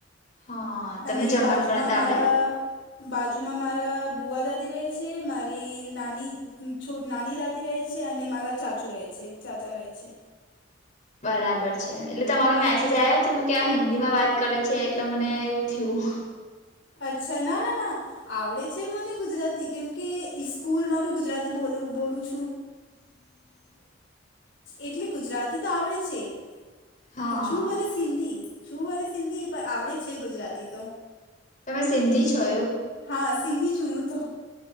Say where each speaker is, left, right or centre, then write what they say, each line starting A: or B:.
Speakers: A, on the left (about 40°); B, on the left (about 70°).
A: હા તમને
B: અને
A: જમવાનું
B: બાજુમાં
A: બનાવતા
B: મારા
A: આવડે
B: બાજુમાં મારા બુવા દાદી રહે છે મારી નાની નાની દાદી રહે છે છે અને મારા ચાચુ રહે છે ચાચા રહે છે
A: બરાબર છે એટલે તમારો
B: હમ
A: મેસેજ આવ્યો તો કે આ હિન્દી માં વાત કરે છે એટલે મને એવું થયું
B: અચ્છા ના ના ના આવડે છે મને ગુજરાતી કેમકે ઇકૂલમાં બી ગુજરાતી બોલ બોલું છું એટલે ગુજરાતી તો આવડે છે
A: હા
B: હ છું ભલે સિંધી છું ભલે સિંધી પણ આવડે છે ગુજરાતી તો
A: તમે સિન્ંધી છ
B: હા સિંધી છુંું તો